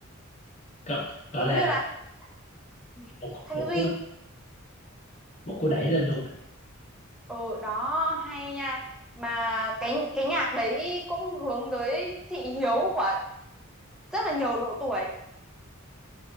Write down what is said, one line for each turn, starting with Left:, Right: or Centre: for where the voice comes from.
Left: gọi, gọi
Centre: giống
Left: là
Centre: như là ừ,
Left: một
Centre: Thanh
Left: một
Centre: Duy
Left: cú một cú đẩy lên luôn
Centre: ừ đó hay nha mà cái cái nhạc đấy cũng hướng tới thị hiếu của rất là nhiều độ tuổi